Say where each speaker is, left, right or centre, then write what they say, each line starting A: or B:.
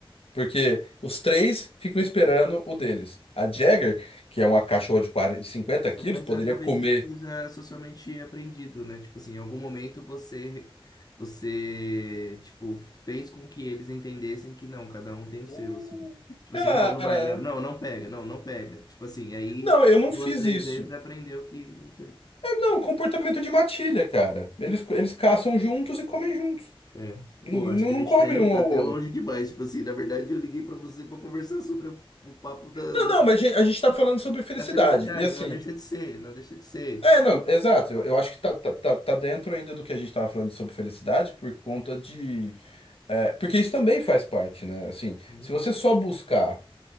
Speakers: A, on the left; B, on the left.
A: Porque os três ficam esperando o deles. A Jagger, que é uma cachorra de 40, de 50 quilos,
B: é, mas
A: poderia
B: é, talvez
A: comer.
B: isso seja socialmente aprendido, né? Tipo assim, em algum momento você, você, tipo, fez com que eles entendessem que não, cada um tem o seu,
A: Hum,
B: assim. Tipo
A: Cara,
B: assim, não, não vai, né? Não, não pega, não, não pega. Tipo assim, aí
A: não, eu não
B: duas,
A: fiz
B: três
A: isso.
B: vezes aprendeu que, não sei.
A: É, não, comportamento de matilha, cara. Eles, eles caçam juntos e comem juntos.
B: É.
A: E
B: Pô, acho
A: Não,
B: que a
A: não
B: gente
A: comem
B: tá indo
A: um ao
B: até
A: outro.
B: longe demais. Tipo assim, na verdade, eu liguei pra você pra conversar sobre o, o papo da,
A: Não,
B: da,
A: não, mas a gente, a gente tá falando sobre felicidade.
B: da felicidade.
A: E assim.
B: Não deixa de ser, não deixa de ser. Tipo,
A: É, não, exato. Eu, eu acho que tá, tá, tá, tá dentro ainda do que a gente tava falando sobre felicidade por conta de. é, porque isso também faz parte, né? Assim,
B: Uhum,
A: se você só buscar